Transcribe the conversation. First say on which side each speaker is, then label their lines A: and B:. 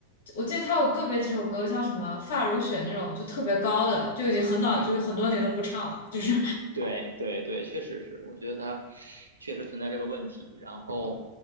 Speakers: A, on the left; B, on the right.
A: 我记得他有个别几首歌，像什么《发如雪》那种，就特别高的，就已经很早，
B: 嗯。
A: 就是很多年都不唱了。就是，
B: 对对对，确实是，我觉得他确实存在这个问题。然后。